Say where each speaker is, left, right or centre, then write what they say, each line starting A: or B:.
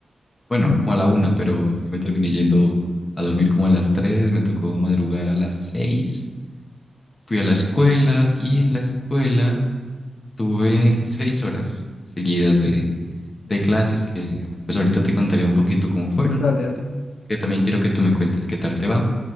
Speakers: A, on the left (about 20°); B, on the left (about 80°).
A: Bueno,
B: <laughs>
A: como a la una, pero yo me terminé yendo a dormir como a las 3. me tocó madrugar a las 6. fui a la escuela
B: Uh,
A: y en la escuela tuve 6 horas seguidas de, de clases que pues ahorita te contaré un poquito cómo fueron,
B: Dale, dale.
A: que también quiero que tú me cuentes qué tal te va.